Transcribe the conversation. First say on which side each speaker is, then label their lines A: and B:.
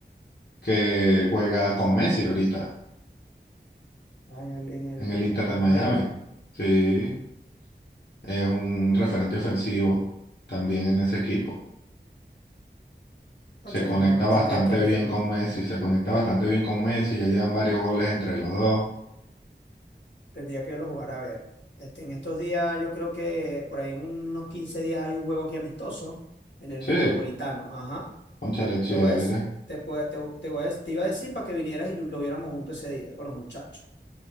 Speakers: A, on the left; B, on the left.
A: que él juega con Messi ahorita
B: ah, en el, en el
A: en el Inter de
B: en
A: Miami.
B: Miami.
A: Sí, es un referente ofensivo también en ese equipo.
B: Cónchale,
A: se conecta
B: no,
A: bastante
B: tendría que verlo,
A: bien con Messi, se conecta bastante bien con Messi, ya llevan varios goles entre los dos.
B: tendría que verlo jugar a ver. Este, en estos días yo creo que por ahí en unos 15 días hay un juego aquí amistoso en el
A: Sí,
B: Metropolitano. Ajá,
A: cónchale, chévere.
B: te voy a decir, te, pue- te, te voy a dec- te iba a decir para que vinieras y lo, lo viéramos juntos ese día con los muchachos.